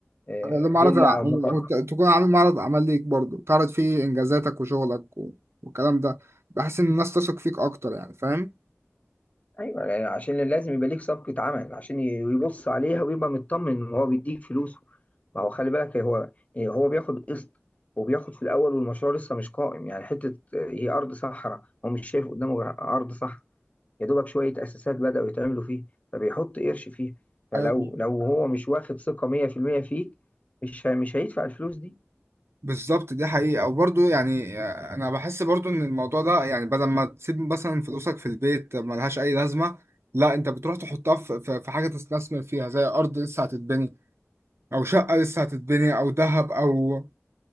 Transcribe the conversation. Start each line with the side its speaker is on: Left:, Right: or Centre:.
Left: آه،
Right: لما
Left: فيلا
Right: عرض
Left: او موك اب
Right: تكون عامل معرض عمل ليك برضه تعرض فيه انجازاتك وشغلك و- والكلام ده بحس ان الناس تثق فيك اكتر يعني فاهم
Left: ايوه يعني عشان لازم يبقى ليك صفقه عمل عشان يبص عليها ويبقى مطمن وهو بيديك فلوسه ما هو خلي بالك هو يعني هو بياخد قسط وبياخد في الاول والمشروع لسه مش قائم يعني حته هي ارض صحراء هو مش شايف قدامه غير ارض صحراء يا دوبك شويه اساسات بداوا يتعملوا فيه فبيحط قرش فيها فلو
Right: ايوه
Left: لو هو مش واخد ثقه 100% فيك مش ه- مش هيدفع الفلوس دي
Right: بالظبط دي حقيقة وبرضه يعني آه، أنا بحس برضه إن الموضوع ده يعني بدل ما تسيب مثلا فلوسك في البيت ملهاش أي لازمة لا أنت بتروح تحطها في في- في حاجة تستثمر فيها زي أرض لسه هتتبني أو شقة لسه هتتبني أو ذهب أو